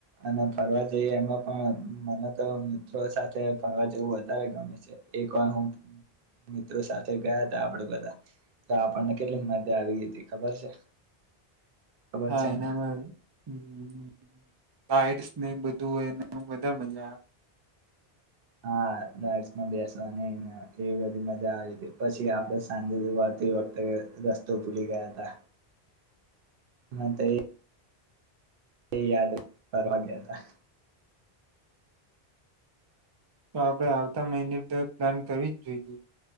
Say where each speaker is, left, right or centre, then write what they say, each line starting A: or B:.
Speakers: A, on the right; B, on the right.
A: અને ફરવા જઈએ એમાં પણ મને તો મિત્રો સાથે ફરવા જવું વધારે ગમે છે. એક વાર હું મિત્રો સાથે ગયાતા આપણે બધા તો આપણને કેટલી મજા આવી હતી, ખબર છે? ખબર
B: હા
A: છે
B: એનામાં,
A: ને
B: હમ્મ-હમ્મ. રાઇટસ ઈ ને બધું એનામાં વધારે મજા આવે.
A: હા રાઈટસમાં બેસવાની ને એ બધી મજા આવી તી. પછી આપણે સાંજે વળતી વખતે રસ્તો ભૂલી ગયાતા. હા તે તે યાદ ફરવા ગયાતા.
B: તો આપણેે આવતા મહિને ટ્રીપ પ્લાન કરવી જ જોઈએ.